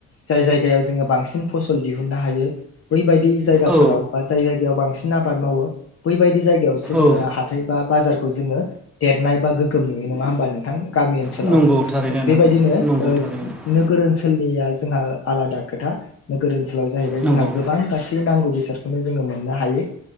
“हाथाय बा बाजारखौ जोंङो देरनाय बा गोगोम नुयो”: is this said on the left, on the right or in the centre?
Left